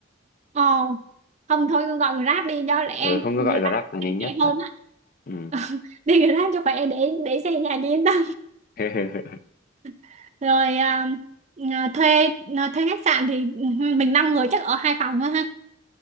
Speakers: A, on the right (about 35°); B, on the left (about 40°).
A: ờ không thôi cứ gọi Grab đi cho lẹ anh
B: ừ không cứ
A: Grab
B: gọi Grab là nhanh nhất
A: rẻ
B: thật
A: hơn á
B: ừ
A: <laughs> đi Grab cho khỏe để để xe nhà đi yên tâm
B: <laughs>
A: <laughs> rồi à, à, thuê à, thuê khách sạn thì ừ, mình năm người chắc ở hai phòng thôi ha